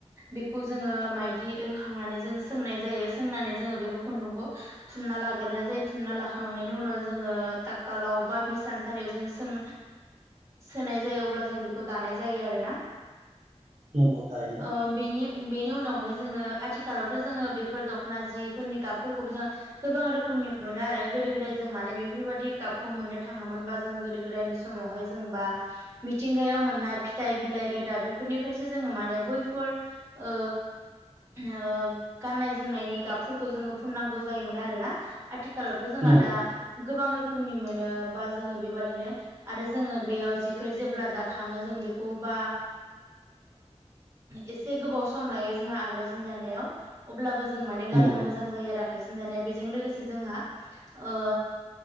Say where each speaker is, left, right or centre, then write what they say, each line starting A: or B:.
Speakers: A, on the right; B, on the right.
A: बेखौ जोङो माइदि होखांनानै जों सोंनाय जायो। सोंनानै जोङो बेखौ खुन्दुंखौ थुनना लाग्रोनाय जायो थुनना लाखांनायनि उनाव जोङो तातकालाव बा बि हिसान सालियाव जोङो सों सोनाय जायो अब्ला जों बेखौ दानाय जायो आरोना।
B: नंगौ थारैनो।
A: ओ बेनि बेनि उनावहाय जोङो आथिखालावथ' जोङो बेफोर दख'ना जिफोरनि गाबफोरखौबो जोङो गोबां रोखोम नि मोनो आरो गोदो गोदाय जों माने बेफोरबायदि गाबखौ मोननो थाङामोनबा जों गोदो गोदायनि समावहाय जों बा मिथिंगायाव मोननाय फिथाइ बिलाइ रे दा बेफोरनिफ्रायसो जोङो माने बैफोर ओ ओम गाननाय जोमनायनि गाबफोरखौ जोङो फुननांगौ जायोमोन आरो ना आथिखा आथिखालावथ' जोंहा
B: नंगौ
A: दा गोबां रोखो रोखोमनि मोनो बा जोङो बेबादिनो आरो जोङो बेयाव जिखो जेब्ला दाखाङो जों बेखौ बा एसे गोबाव सम लायो जोंहा आगायजों दाननायाव अब्लाबो जों जों माने गाननो
B: नंगौ
A: मोजां
B: नंगौ
A: जायो आरो। आखायजों दानाया बेजों लोगोसे जोंहा ओ